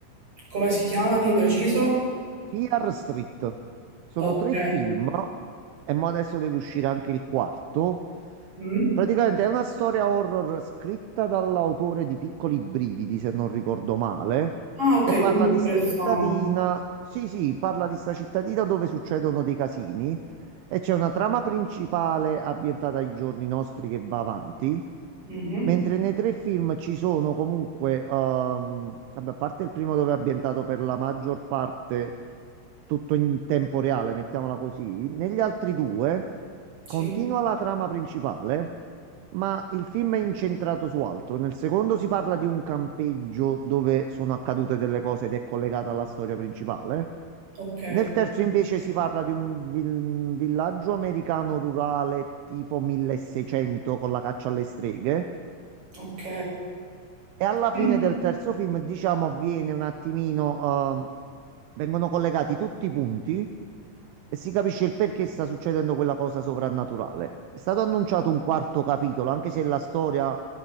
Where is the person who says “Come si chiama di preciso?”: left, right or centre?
Right